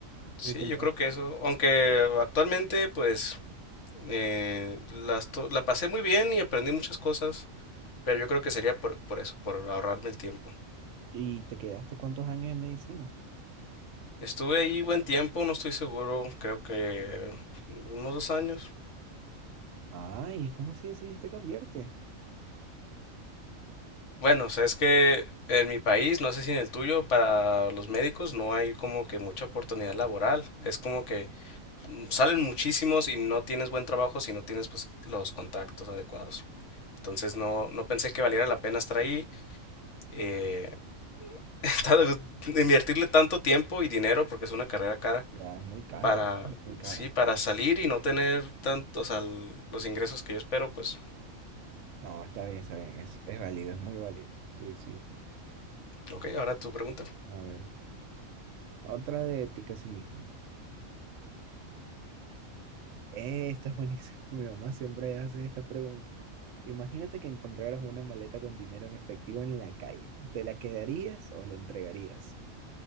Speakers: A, on the left; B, on the right.
A: Sí,
B: ¿Y te,
A: yo creo que eso, aunque actualmente pues eh, las to- la pasé muy bien y aprendí muchas cosas, pero yo creo que sería por, por eso, por ahorrarme el tiempo.
B: y te quedaste cuántos años en medicina?
A: Estuve ahí buen tiempo, no estoy seguro, creo que unos dos años.
B: Ay, ¿cómo así decidiste cambiarte?
A: Bueno, o sea, es que en mi país, no sé si en el tuyo, para los médicos no hay como que mucha oportunidad laboral. Es como que mm, salen muchísimos y no tienes buen trabajo si no tienes pues los contactos adecuados. Entonces no, no pensé que valiera la pena estar ahí, eh, <laughs> tal- invertirle tanto tiempo y dinero, porque es una carrera cara,
B: Ya, es muy cara,
A: para,
B: muy cara.
A: sí, para
B: sí.
A: salir y no tener tanto, o sea, l- los ingresos que yo espero, pues,
B: No, está bien, está bien, es, es válido, es muy válido. Sí, sí.
A: ok, ahora tu pregunta.
B: A ver, otra de ética a sí mismo. Eh, Esta es buenísima. <laughs> Mi mamá siempre hace estas preguntas. Imagínate que encontraras una maleta con dinero en efectivo en la calle. ¿Te la quedarías o la entregarías?